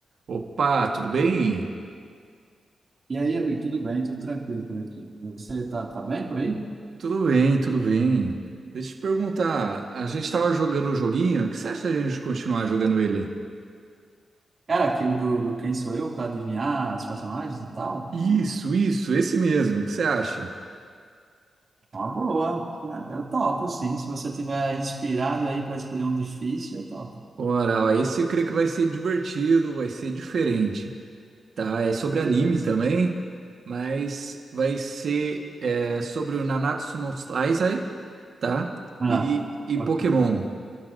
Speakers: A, on the right (about 65°); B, on the right (about 45°).
A: Opa, tudo bem?
B: E aí, amigo, tudo bem? Tudo tranquilo por aqui. Você tá, tá bem por aí?
A: Tudo bem, tudo bem. Deixa eu te perguntar, a gente estava jogando um joguinho, o que você acha de a gente continuar jogando ele?
B: Cara, aquele do, do Quem Sou Eu para adivinhar os personagens e tal?
A: Isso, isso, esse mesmo, o que você acha?
B: é Uma boa. É, Eu topo, sim. Se você tiver inspirado aí para escolher um difícil, eu topo.
A: Ora, ó, esse eu creio que vai ser divertido, vai ser diferente, tá? É sobre
B: Beleza.
A: anime também, mas vai ser é, sobre o Nanatsu no Taizai, tá?
B: Ah,
A: E, e
B: ok.
A: Pokémon.